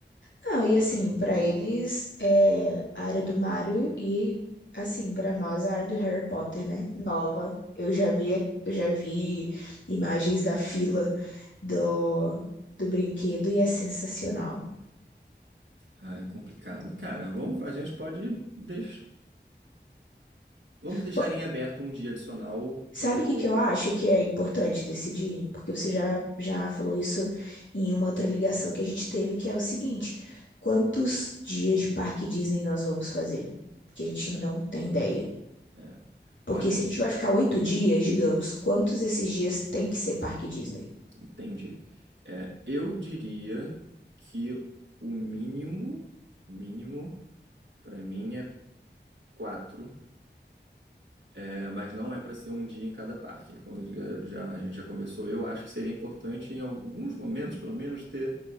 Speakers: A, on the left (about 80°); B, on the right (about 85°).
A: Não, e assim,
B: aí,
A: pra eles é a área do Mario e assim, pra nós a área do Harry Potter, né? Nova. Eu já vi, eu já vi imagens da fila do, do brinquedo e é sensacional.
B: aí é complicado. Cara, vamos, a gente pode deix, vamos deixar
A: Pô,
B: em aberto um dia adicional
A: Sabe
B: pro.
A: o que que eu acho
B: pro
A: que é importante decidir? Porque
B: ah,
A: você já, já falou isso em uma outra ligação que a gente teve, que é o seguinte: quantos dias de parque Disney nós vamos fazer? Que a gente
B: é,
A: não tem ideia.
B: é.
A: Porque
B: Olha,
A: se a gente vai ficar oito dias, digamos, quantos desses dias tem que ser parque Disney?
B: Entendi. É, eu diria que o mínimo, mínimo, para mim é quatro, é, mas não é para ser um dia em cada parque. Como já, já- a gente já conversou, eu acho que seria importante em alguns momentos, pelo menos, ter.